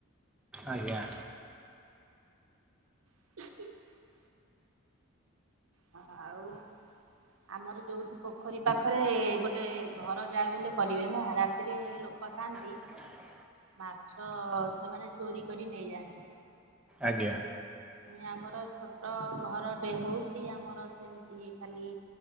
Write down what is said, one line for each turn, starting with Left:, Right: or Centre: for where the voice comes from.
Centre: ଆଜ୍ଞା।
Right: <inaudible> ଅଁ ଅ ଆଉ ଆମର ଯୋଉଠି ପୋଖରୀ ପାଖରେ ଗୋଟେ ଘର ଯାହାବିହେଲେ କରିବେ ନା ରାତିରେ ଲୋ ପକାନ୍ତି।
Centre: <inaudible>
Right: ମାଛ ସେମାନେ ଚୋରି କରି ନେଇଯାଆନ୍ତି।
Centre: ଆଜ୍ଞା।
Right: ନି ଆମର ଛୋଟ ଘରଟେ ହୋଉ ଆମର ସେମିତି ଖାଲି